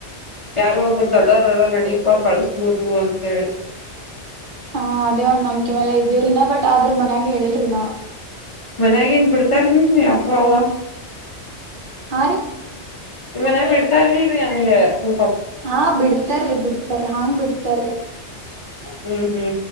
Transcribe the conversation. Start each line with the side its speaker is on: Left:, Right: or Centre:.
Left: ಯಾರೋ ಒಬ್ಬರು ದೊಡ್ಡೋರು ಅರಾ ನಡೀಪಾ ಕಳಸ್ಬೋದು ಅಂತ ಹೇಳಿ
Right: ಹಾ ಅದೇ ಒಂದ್ ನಂಬಕೆ ಮೇಲೆ ಇದ್ದಿವಿ ರೀ ಬಟ್ ಆದ್ರೂ ಮನ್ಯಾಗ ಹೇಳಿಲ್ಲರಿ ಇನಾ
Left: ಮನ್ಯಾಗ ಎನ್ ಬಿಡ್ತಾರ ಇಲ್ಲ ರೀ ಅಪ್ಪ ಅವ್ವ
Right: ಹಾ ರೀ
Left: ನಿಮ್ಮ್ ಮನ್ಯಾಗ್ ಬಿಡ್ತಾರಾ ಇಲ್ಲರೀ ಹಂಗ್
Right: ಹಾ, ಬಿಡ್ತಾರಿ ಬಿಡ್ತಾರ ಹಾಂಗ್ ಬಿಡ್ತಾರಿ
Left: ಹ್ಮ್, ಹ್ಮ